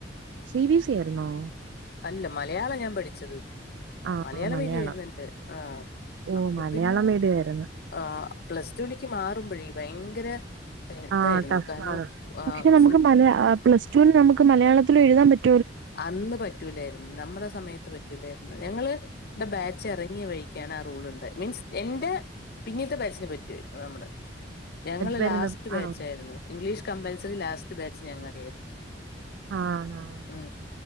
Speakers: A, on the right (about 75°); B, on the left (about 60°).
A: സി വി സി ആയിരുന്നോ
B: അല്ല മലയാളം ഞാൻ പഠിച്ചത്
A: ആ
B: മലയാള
A: മലയാളം
B: മീഡിയായിര്ന്ന് എനിക്ക് ആ
A: ഓ
B: അപ്പൊ
A: മലയാളം
B: പിന്നെ
A: മീഡിയം ആയിരുന്നു
B: ആ പ്ലസ് ടുിലേക്ക് മാറുമ്പഴേ ഭയങ്കര ടെ-
A: ആ
B: ഇതായിരുന്നു.
A: ടഫാണ്
B: കാരണം ആഹ്
A: പക്ഷേ നമുക്ക്
B: ഫുൾ
A: മല പ്ലസ് ടു ന് നമുക്ക് മലയാളത്തി എഴുതാൻ പറ്റ
B: അന്ന് പറ്റൂലായിരുന്നു നമ്മുടെ സമയത്ത് പറ്റൂലായിരുന്നു ഞങ്ങള് ന്റെ ബാച്ച് ഇറങ്ങിയ വഴി കാനാ ആ റൂളുണ്ട് മീൻസ് എന്റെ പിന്നീത്തെ ബാച്ചിന് പറ്റുവായിരുന്നു നമ്മള് ഞങ്ങള്
A: വരുന്ന
B: ലാസ്റ്റ്
A: ആ
B: ബാച്ചായിരുന്നു ഇംഗ്ലീഷ് കമ്പൽസറി ലാസ്റ്റ് ബാച്ച് ഞങ്ങടെ ആയിരുന്നു
A: ആ ആ
B: ഉം